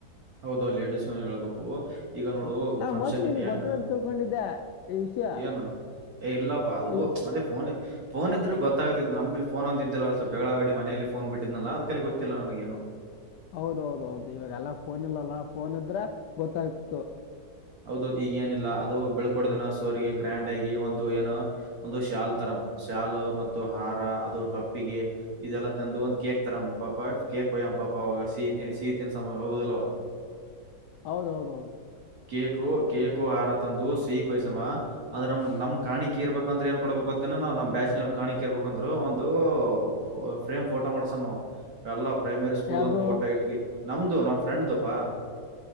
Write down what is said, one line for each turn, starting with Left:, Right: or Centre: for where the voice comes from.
Right: ಹೌದು ಲೇಡಿಸಸ್ಗಳ ಹೇಳ್ಬೇಕು. ಈಗ ನೋಡು
Left: ಹ ನಾ
Right: ಫಂಕ್ಷನ್
Left: ಮೋಸ್ಟ್ಲಿ ನಿನ್
Right: ಹೆಂಗ
Left: ಗೊತ್ತದಂತ ತಿಳ್ಕೊಂಡಿದ್ದೆ. ಈ ವಿಷಯ
Right: ಏನು ಏ ಇಲ್ಲಪ್ಪಾ ಅದು
Left: ಈ ವಿಷಯ
Right: ಅದೇ ಫೋನ್. ಫೋನ್ ಇದ್ರ ಗೊತ್ತಾಗತಿ ನಂಬಲ್ಲಿ ಫೋನ್ಂದ ಇದ್ದಲ್ಲ ಸ್ವಲ್ ಜಗಳವಾಡಿ ಮನೆಯಲ್ಲಿಲಿಫೋನ್ ಬಿಟ್ಟಿದ್ನಲ್ಲ ಅದಕಲ್ಲಿ ಗೊತ್ತಿಲ್ಲ ನನಗ್ ಏನು.
Left: ಹೌದೌದೌದು ಇವಾಗ ಎಲ್ಲ ಫೋನ್ ಇಲ್ಲಲ್ಲ ಫೋನ್ ಇದ್ರೆ ಗೊತ್ತಾಗಿತ್ತು.
Right: ಹೌದೌ ಈಗ ಏನಿಲ್ಲ ಅದು ಬೆಳ್ಕೊಡದಿನ ಸೋರಿಗೆ ಗ್ರ್ಯಾಂಡ್ ಆಗಿ ಒಂದು ಏನ. ಒಂದು ಶ್ಯಾಲ್ ತರ ಶ್ಯಾಲ್ ಮತ್ತು ಹಾರ ಅದು ಟೊಪ್ಪಿಗೆ. ಇದೆಲ್ಲ ತಂದು ಒಂದ್ ಕೇಕ್ ತರಮ್ಮ ಪಾಪ ಕೇಕ್ ಒಯ್ಯಮ್ ಪಾಪ ಅವಾಗ ಸೀತಿ ಸಹೀತಿನ ಸಮಯ ಹೋಗೋದಲ್ವ.
Left: ಹೌದ ಹೌದೌದು
Right: ಕೇಕೋ ಕೇಕೋ ಆಾರ ತಂದು ಸಿೀ ಕೊಹಸಮ್ಮ ಆದದ್ರ ನಮ್ ನಮ್ ಕಾಣಿಕೆ ಇರ್ಬೇಕಂದ್ರೆ ಏನ್ ಕೊಡ್ಬೇಕು ಗೊತ್ತೇನ ನವು ನ್ ಬ್ಯಾಚನವರ್ ಕಾಣಿಕೆ ಇರ್ಬೇಕಂದ್ರು ಒಂದು ಫ್ <unintelligible> ಫ್ರೇಮ್ ಫೋಟೋ ಮಾಡ್ಸಣ್ ನಾವು ಎಲ್ಲ ಪ್ರೈಮರಿ ಸ್ಕೂಲ್ದ
Left: ಯಾರ್ದು
Right: ಒಂದು ಫೋಟೋ ಇಟ್ಿ ನಮ್ದ ನಮ್ಮ ಫ್ರೆಂಡ್್ದುಪ್ಪಾ